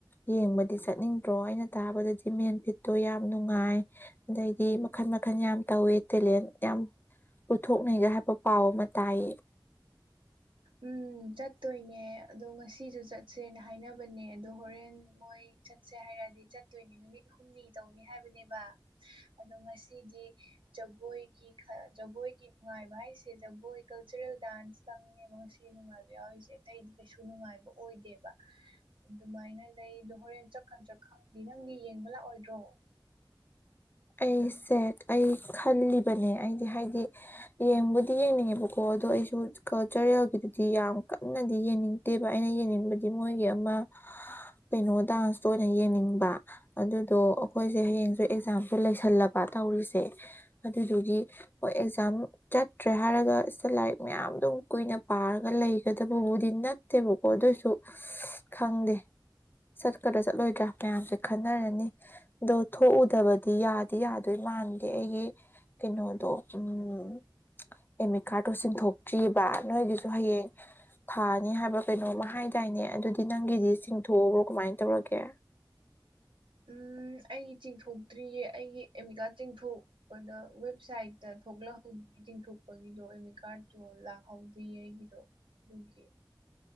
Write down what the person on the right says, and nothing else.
ꯎꯝ ꯆꯠꯇꯣꯏꯅꯦ ꯑꯗꯣ ꯉꯁꯤꯁꯨ ꯆꯠꯁꯦꯅ ꯍꯥꯏꯅꯕꯅꯦ ꯑꯗꯣ ꯍꯣꯔꯦꯟ ꯃꯣꯏ ꯆꯠꯁꯦ ꯍꯥꯏꯔꯗꯤ ꯆꯠꯇꯣꯏꯅꯤ ꯅꯨꯃꯤꯠ ꯍꯨꯝꯅꯤ ꯇꯧꯅꯤ ꯍꯥꯏꯕꯅꯦꯕ ꯑꯗꯣ ꯉꯁꯤꯗꯤ ꯖꯒꯣꯏꯒꯤ ꯖꯒꯣꯏ ꯑꯩꯈꯣꯏꯒꯤ ꯅꯨꯡꯉꯥꯏꯕ ꯍꯥꯏꯁꯤ ꯒꯣꯏ ꯀꯜꯆꯔꯦꯜ ꯗꯥꯟꯁ ꯈꯤꯇꯪꯅꯦꯕ ꯉꯁꯤ ꯅꯨꯡꯉꯥꯏꯕ ꯌꯥꯎꯔꯤꯁꯦ ꯑꯇꯩꯗꯤ ꯀꯩꯁꯨ ꯅꯨꯡꯉꯥꯏꯕ ꯑꯣꯏꯗꯦꯕ ꯑꯗꯨꯃꯥꯏꯅ ꯂꯩꯗꯣ ꯍꯣꯔꯦꯟ ꯆꯠꯀꯟꯗ꯭ꯔꯥ ꯈꯪꯗꯦ ꯅꯪꯗꯤ ꯌꯦꯡꯕ ꯂꯥꯛꯑꯣꯏꯗ꯭ꯔꯣ
ꯎꯝ ꯑꯩ ꯆꯤꯡꯊꯣꯛꯇ꯭ꯔꯤꯌꯦ ꯑꯩꯒꯤ ꯑꯦꯃꯤꯠꯀꯥꯠ ꯆꯤꯡꯊꯣꯛꯄꯗ ꯋꯦꯕꯁꯥꯏꯠꯇ ꯊꯣꯛꯂꯛꯍꯧ ꯆꯤꯡꯊꯣꯛꯄꯒꯤꯗꯣ ꯑꯦꯃꯤꯠꯀꯥꯔꯠꯇꯣ ꯂꯥꯛꯍꯧꯗꯦ ꯑꯩꯒꯤꯗꯣ ꯑꯗꯨꯒꯤ